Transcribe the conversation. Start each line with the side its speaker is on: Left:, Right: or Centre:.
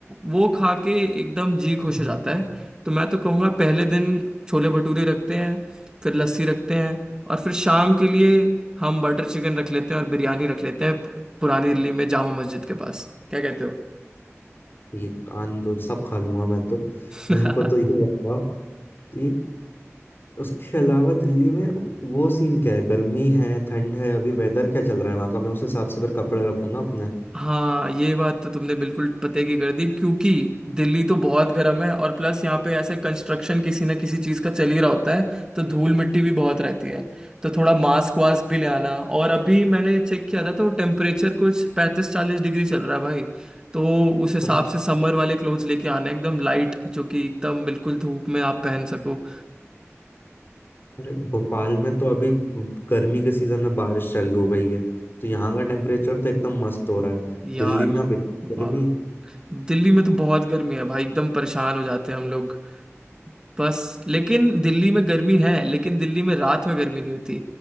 Right: वो खा के एकदम जी खुश
Left: हम्म।
Right: हो जाता है तो मैं तो कहूँगा पहले दिन छोले भटूरे रखते हैं फिर लस्सी रखते हैं और फिर शाम के लिए हम बटर चिकन रख लेते हैं और बिरयानी रख लेते हैं पुरानी दिल्ली में जामा मस्जिद के पास क्या कहते
Left: ये कान दो सब खा लूंगा मैं तो
Right: हो
Left: मेरे को तो ये
Right: <laughs>
Left: बताओ कि उसके अलावा दिल्ली में वो सीन क्या है गर्मी है ठंड है अभी वेदर क्या चल रहा है वहाँ का मैं उस हिसाब से फिर कपड़े रखूँ ना अपने
Right: हाँ ये बात तो तुमने बिल्कुल पते की कर दी क्योंकि दिल्ली तो बहुत गर्म है और प्लस यहाँ पे ऐसे कंस्ट्रक्शन किसी ना किसी चीज़ का चल ही रहा होता है तो धूल मिट्टी भी बहुत रहती है तो थोड़ा मास्क वास्क भी ले आना और अभी मैंने चेक किया था तो टेम्परेचर कुछ पैंतीस चालीस डिग्री चल रहा है भाई तो उस हिसाब
Left: अरे
Right: से समर वाले क्लोथ्स लेके आना एकदम लाइट जो कि एकदम बिल्कुल धूप में आप पहन सको
Left: अरे भोपाल में तो अभी ब- गर्मी के सीजन में बारिश चालू हो गई है तो यहाँ का टेम्परेचर तो एकदम मस्त हो रहा है
Right: यार
Left: दिल्ली में अब इतनी गर्मी
Right: वाह दिल्ली में तो बहुत गर्मी है भाई एकदम परेशान हो जाते हैं हम लोग बस लेकिन दिल्ली में गर्मी है लेकिन दिल्ली में रात में गर्मी नहीं होती